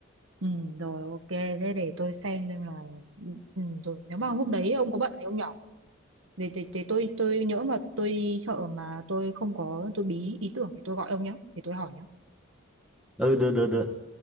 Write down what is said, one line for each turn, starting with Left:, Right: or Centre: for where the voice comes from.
Right: ừ rồi ok. Thế để tôi xem xem là... Ừ, ừ, rồi. Nếu mà hôm đấy ông có bận thì ông nhỏ. Để, để, để tôi tôi nhỡ mà tôi đi chợ mà tôi không có tôi bí ý tưởng thì tôi gọi ông nhé. Thì tôi hỏi nhé.
Centre: ừ được được được